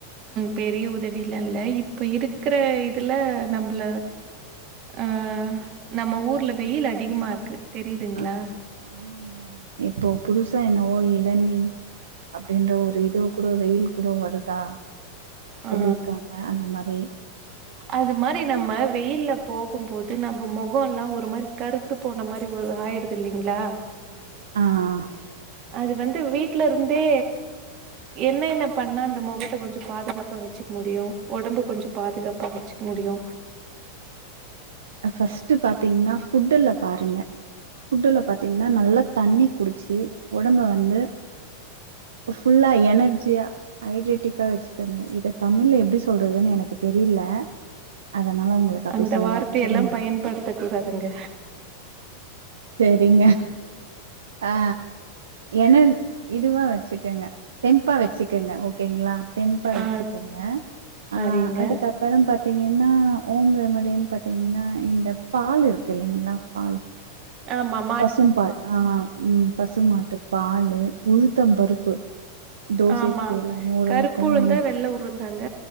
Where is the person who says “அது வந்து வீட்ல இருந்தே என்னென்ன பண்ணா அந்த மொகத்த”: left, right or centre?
Right